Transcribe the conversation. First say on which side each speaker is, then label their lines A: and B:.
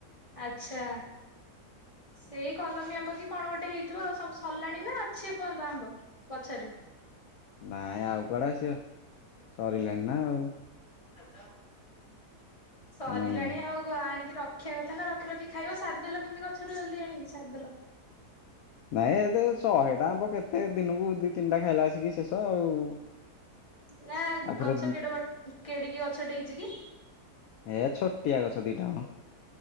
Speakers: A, on the left; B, on the left.
A: ଆଚ୍ଛା ସେଇ କଲମୀ ଆମ୍ବ କି କଣ ଗୋଟେ ହେଇଥିବ? ଆଉ ସବୁ ସରିଲାଣି ନା ଅଛି ଏ ପର୍ଯ୍ୟନ୍ତ ଆମ୍ବ ପଛରେ
B: ନାଇଁ ଆଉ କୁଆଡେ ଆସିବ ସରିଲାଣି ନା ଆଉ।
A: ହ୍ୟାଲୋ। ସରିଲାଣି
B: ହୁଁ।
A: ଆଉ ଆଣିକି ର ରଖିଆ କଥା ନା ରଖି ରଖି ଖାଇବା ସାରିଦେଲ କେମିତି ଗଛରୁ ଜଲଦି ଆଣିକି ସାରିଦେଲ।
B: ନାଇଁ ଏତ ଶହେ ଟା ଆମ୍ୱ କେତେ ଦିନକୁ ଦି ତିନିଟା ଖାଇଲା ଆସିକି ଶେଷ ଆଉ।
A: ନା
B: ତାପରେ
A: ଗଛ କେଡ ବ କେଡିକି ଗଛଟ ହେଇଛି କି?
B: ଏ ଛୋଟିଆ ଗଛ ଦିଟା ମ